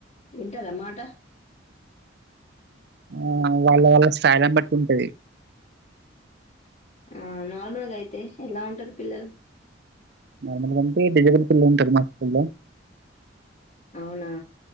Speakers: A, on the left; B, on the right.
A: వింటారా మాట
B: ఆ వాళ్ళ వాళ్ళ స్థాయిరామ్ బట్టి ఉంట అది
A: ఆ నార్మల్గా అయితే ఎలా ఉంటారు పిల్లలు
B: నార్మల్గా అంటే డిజిటల్ కిల్ ఉంటంది మా స్కూల్ల్లో
A: అవునా